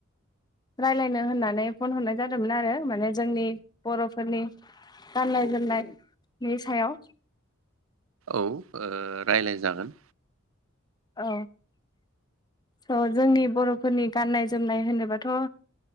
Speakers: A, on the left; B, on the right.
A: रायलायनो होननानै फन हरनाय जादोंमोन आरो माने जोंनि बर'फोरनि गाननाय जोमनायनि सायाव।
B: औ ओ रायलाय जागोन।
A: औ स' जोंनि बर'फोरनि गाननाय जोमनाय होनोबाथ'